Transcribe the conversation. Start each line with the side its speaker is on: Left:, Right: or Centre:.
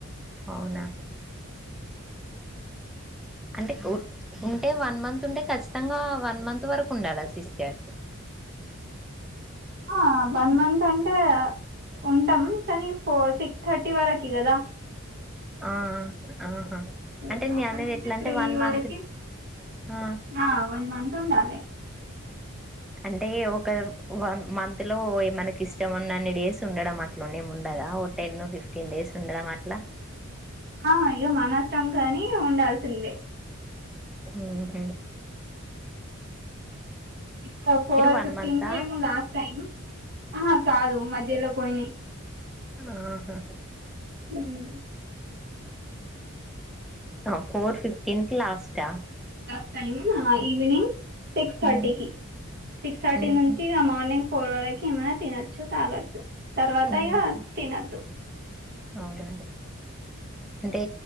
Centre: అవునా అంటే ఉంటే వన్ మంత్ ఉంటే ఖచ్చితంగా వన్ మంత్ వరకు ఉండాలా సిస్టర్
Right: ఆ వన్ మంత్ అంటే ఉంటాం. కానీ ఫోర్ సిక్స్ థర్టీ వరకి కదా
Centre: ఆ ఆహా
Right: హ్మ్
Centre: అంటే నేను
Right: అప్పట్
Centre: అనేది
Right: నుంచి
Centre: ఎట్లా అంటే
Right: త్రీ
Centre: వన్
Right: వరక్కి
Centre: మంత్ ఆ
Right: ఆ వన్ మంత్ ఉండాలి.
Centre: అంటే ఒక వన్ మంత్ లో ఏ మనకి ఇష్టం ఉన్నా అన్ని డేస్ ఉండడం అట్లునేమి ఉండదా, ఓ టెన్ ఫిఫ్టీన్ డేస్ ఉండడం అట్లా
Right: ఆ ఇగ మానష్టం గాని ఉండాల్సిందే
Centre: హ్మ్
Right: ఇక్కడ ఫోర్
Centre: వన్
Right: ఫిఫ్టీన్
Centre: మంతా
Right: కేమో లాస్ట్ టైం ఆ కాదు మధ్యలో పోయ్న్
Centre: ఆహా
Right: మ్
Centre: అ ఫోర్ ఫిఫ్టీన్ కి లాస్ట్
Right: హలో హా ఈవినింగ్ సిక్స్ థర్టీకి
Centre: ఉమ్,
Right: సిక్స్ థర్టీ
Centre: ఉహు
Right: నుంచి మార్నింగ్ ఫవాకి ఇ మ తినచ్చ తగొచ్చ తర్వాత
Centre: ఉహు.
Right: ఇక తినొద్దు
Centre: అవునా అంటే